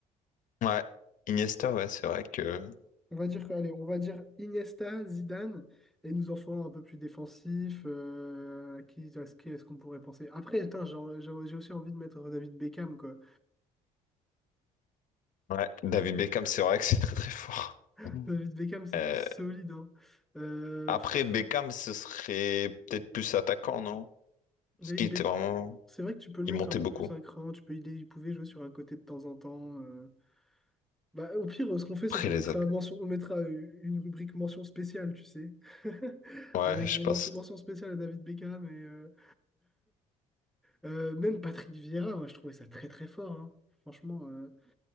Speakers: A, on the left (about 60°); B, in the centre.
A: Ouais. Iniesta, ouais, c'est vrai que.
B: On va dire, que- allez, on va dire Iniesta, Zidane, et nous en ferons un peu plus défensif. euh, qui, à ce qui est-ce qu'on pourrait penser? Après, attends, j'ai en- j'ai j'ai aussi envie de mettre David Beckham, quoi.
A: Ouais. David Beckham, c'est vrai que c'est très très fort.
B: <laughs>
A: Mhm.
B: David Beckham, c'est
A: Euh,
B: du solide, hein. Euh,
A: après
B: pff,
A: Beckham, ce serait peut-être plus attaquant, non?
B: David
A: Parce qu'il
B: Beck,
A: était vraiment,
B: c'est vrai que tu peux le
A: il
B: mettre
A: montait
B: un peu
A: beaucoup.
B: plus un cran, tu peux il il pouvait jouer sur un côté de temps en temps. euh. Bah, au pire, ce qu'on fait, c'est
A: Après
B: qu'on
A: les
B: mettra,
A: autres.
B: mention- on mettra euh, une rubrique mention spéciale, tu sais. <laughs>
A: Ouais,
B: Avec
A: je
B: bon,
A: pense.
B: men- mention spéciale à David Beckham et euh, euh, même Patrick Vieira, moi je trouvais ça très très fort. hein. Franchement, euh,